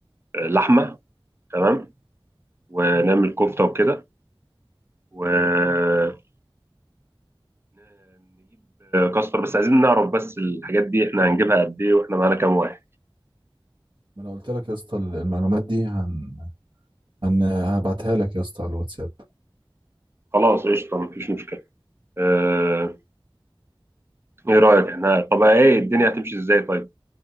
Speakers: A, on the right (about 25°); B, on the right (about 55°).
A: آه، لحمه تمام ونعمل كفته وكده ونجيب
B: اه
A: كاستر بس عايزين نعرف بس الحاجات دي احنا هنجيبها قد ايه واحنا معانا كام واحد
B: ما انا قلت لك يا اسطى المعلومات دي هن... هن... هبعتها لك يا اسطى على الواتساب
A: خلاص قشطه مفيش مشكله آه، ايه رأيك احنا طب ايه الدنيا هتمشي ازاي طيب